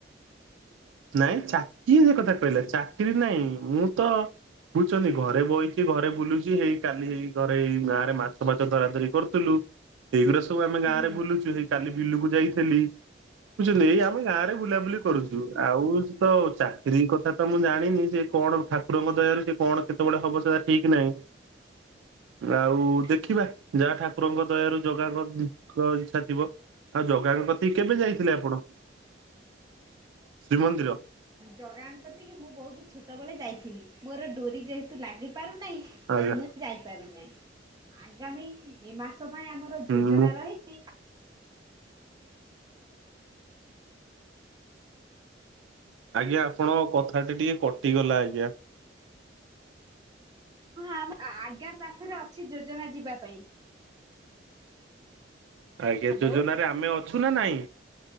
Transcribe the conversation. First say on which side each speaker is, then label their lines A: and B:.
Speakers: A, on the right (about 80°); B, on the right (about 20°).
A: ନାଇଁ ଚାକିରି ସେ କଥା କହିଲା ଚାକିରି ନାଇଁ ମୁଁ ତ ବୁଝୁଛନ୍ତି ଘରେ ବଇଚି ଘରେ ବୁଲୁଚି ହେଇ କାଲି ହେଇ ଘରେ ଏଇ ଗାଁରେ ମାଛ ଫାଛ ଧରା ଧରି କରୁ ଥୁଲୁ ଏଇଗୁରା ସବୁ ଆମେ
B: ହୁଁ।
A: ଗାଁରେ ବୁଲୁଛୁ ହେଇ କାଲି ବିଲୁକୁ ଯାଇଥିଲି। ବୁଝୁଛନ୍ତି
B: ହୁଁ
A: ଏଇ ଆମେ ଗାଁରେ ବୁଲାବୁଲି କରୁଚୁ। ଆଉ ସେ ତ ଚାକିରୀ କଥା ତ ମୁଁ ଜାଣିନି ସେ କଣ ଠାକୁରଙ୍କ ଦୟାରୁ ସେ କଣ କେତେବେଳେ ହବ ସେ ଠିକ୍ ନାହିଁ। ଆଉ
B: ହୁଁ।
A: ଦେଖିବା ଯାହା ଠାକୁରଙ୍କ ଦୟାରୁ ଜଗାଙ୍କ ଙ୍କ ଇଚ୍ଛା ଥିବ ଆଉ ଜଗାଙ୍କ କତିକି କେବେ ଯାଇଥିଲେ ଆପଣ? ଶ୍ରୀମନ୍ଦିର।
B: ଜଗାଙ୍କ କତିକି ମୁଁ ବହୁତ ଛୋଟବେଳେ ଯାଇଥିଲି ମୋର ଡୋରି ଯେହେତୁ ଲାଗିପାରୁନାହିଁ। ତେଣୁ
A: ଆଜ୍ଞା
B: ମୁଁ ଯାଇପାରୁ ନାହିଁ ଆଗାମୀ ଏ ମାସ ପାଇଁ ଆମର
A: ହୁଁ
B: ଯୋଜନା
A: ମୁଁ
B: ରହିଛି।
A: ଆଜ୍ଞା ଆପଣଙ୍କ କଥା ଟା ଟିକେ କଟିଗଲା ଆଜ୍ଞା।
B: ହଁ ଆ ଆଗାମୀ ମାସରେ ଅଛି ଯୋଜନା ଯିବା ପାଇଁ।
A: ଆଜ୍ଞା,
B: ହ୍ୟାଲୋ।
A: ଯୋଜନାରେ ଆମେ ଅଛୁ ନା ନାଇଁ?